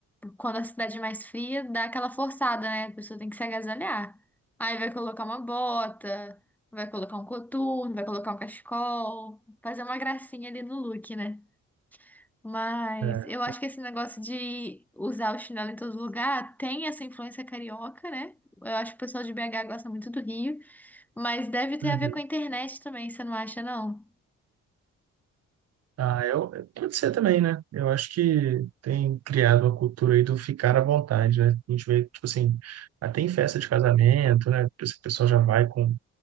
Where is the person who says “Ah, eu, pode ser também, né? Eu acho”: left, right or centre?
Right